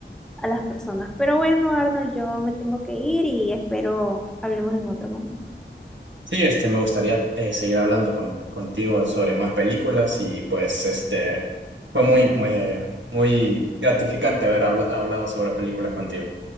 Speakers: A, in the centre; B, on the right.
A: a las personas. Pero bueno, Arnold, yo me tengo que ir y espero hablemos en otro momento.
B: Sí, este, me gustaría eh, seguir hablando con- contigo sobre más películas y pues este fue muy, muy, muy gratificante haber habla- hablado sobre películas contigo.